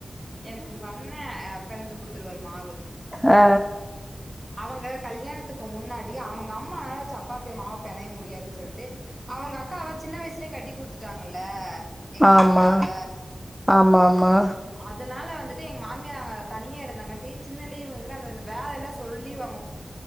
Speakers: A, on the right; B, in the centre.
A: எனக்கு உங்க அண்ணன் பிணஞ்சு குடுத்துருவாரு மாவு
B: ஆ
A: அவங்க கல்யாணத்துக்கு முன்னாடி அவங்க அம்மானால சப்பாத்திய மாவு பிணைய முடியாதுன் சொல்ட்டு அவங்க அக்காவ சின்ன வயசுலே கட்டி குடுத்துட்டாங்கல்ல எங்க
B: ஆமா
A: நாத்தனார
B: ஆமா ஆமா
A: அதனால வந்துட்டு எங்க மாமியாங்க தனியா இருந்தாங்க டீத் சின்னலே இவுங்க கிட்ட அந்தந்த வேலை எல்லா சொல்லி அவங்க